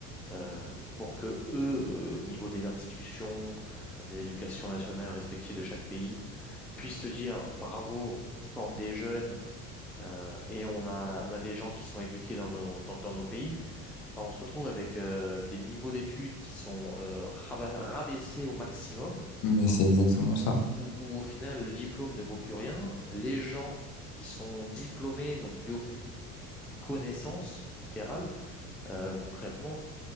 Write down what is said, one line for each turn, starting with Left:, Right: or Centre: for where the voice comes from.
Centre: euh, pour que eux, euh, au niveau des institutions, euh, des éducations nationales respectives de chaque pays, puissent se dire bravo, on forme des jeunes Euh, et on a, on a des gens qui sont éduqués dans nos, dans, dans nos pays, bah, on se retrouve avec euh, des niveaux d'études qui sont euh, raba- rabaissés au maximum,
Left: mais c'est exactement ça.
Centre: où, où au final le diplôme ne vaut plus rien. Les gens qui sont diplômés n'ont plus aucune connaissance littérale, Euh, concrètement,